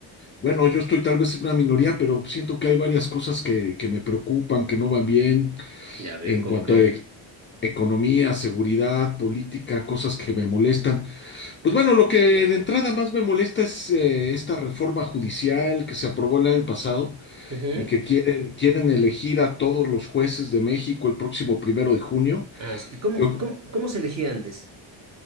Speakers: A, on the left; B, on the right.
A: bueno, yo estoy tal vez en una minoría, pero siento que hay varias cosas que, que me preocupan, que no van bien
B: Ya, a ver,
A: en
B: ¿cómo
A: cuanto
B: qué?
A: a e- economía, seguridad, política, cosas que me molestan. Pues bueno, lo que de entrada más me molesta es eh, esta reforma judicial que se aprobó el año pasado
B: Ujú.
A: y que quieren, quieren elegir a todos los jueces de México el próximo primero de junio.
B: Ah, sí. ¿Y cómo,
A: Yo,
B: cómo, cómo se elegía antes?